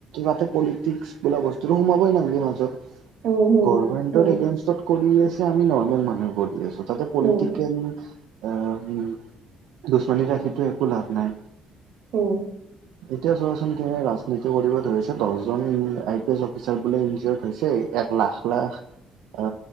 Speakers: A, on the right (about 90°); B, on the right (about 70°).
A: তাতে পলিটিক্স বোলা বস্তুটো সোমাবই নালাগে মাজত।
B: উম, হম,
A: গভৰমেণ্টৰ
B: হম,
A: এগেইনষ্টত কৰি আছে আমি নৰ্মেল মানুহ কৰি আছো তাতে পলিটিকেল
B: হম,
A: আহ উম দুচমানী ৰাখিটো একো লাভ নাই।
B: উম।
A: এতিয়া চোৱাচোন কেহে ৰাজনীতি কৰিব ধৰিছে দহ জন আই পি এছ অফিচাৰ বোলে ইঞ্জিয়ৰত হৈছে এক লাখ লাখ অ